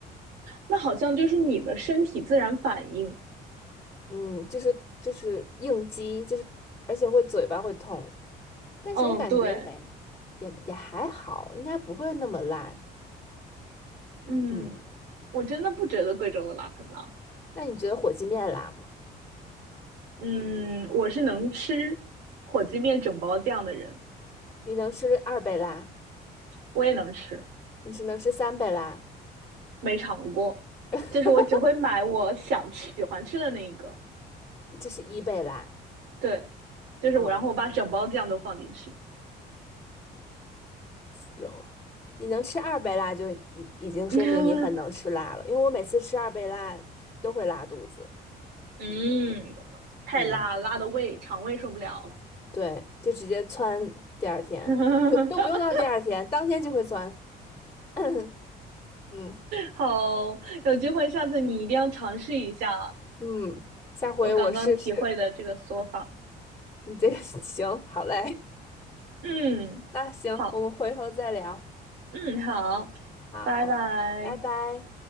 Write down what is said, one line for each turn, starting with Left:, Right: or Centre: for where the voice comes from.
Right: 那好像就是你的身体自然反应。
Left: 嗯，就是就是应激，就是而且会嘴巴会痛。但是我感觉没，
Right: 嗯，对，
Left: 也也还好，应该不会那么辣。
Right: 嗯，
Left: 嗯，
Right: 我真的不觉得贵州的辣很辣。
Left: 那你觉得火鸡面辣吗？
Right: 嗯，我是能吃火鸡面整包酱的人，
Left: 你能吃二倍辣？
Right: 我也能吃，
Left: 你只能吃三倍辣，
Right: 没尝过，
Left: <laughs>
Right: 就是我只会买我想吃喜欢吃的那一个。
Left: 就是一倍辣。
Right: 对，就是我，
Left: 嗯，
Right: 然后我把整包酱都放进去。
Left: 行，你能吃二倍辣就已已经说明你很能吃辣了，
Right: <laughs>
Left: 因为我每次吃二倍辣都会拉肚子。
Right: 嗯，太辣，
Left: 嗯，
Right: 辣的胃肠胃受不了。
Left: 对，就直接窜第二天，
Right: <laughs>
Left: 都不用都不用到第二天，当天就会窜。<clears throat> 嗯
Right: 好，有机会下次你一定要尝试一下
Left: 嗯，下回我试试。
Right: 我刚刚体会的这个说法。
Left: 你这个 <laughs> 行，好嘞，
Right: 嗯，
Left: <laughs> 那行，
Right: 好，
Left: 我们回头再聊。
Right: 嗯，好，
Left: 好，
Right: 拜拜。
Left: 拜拜。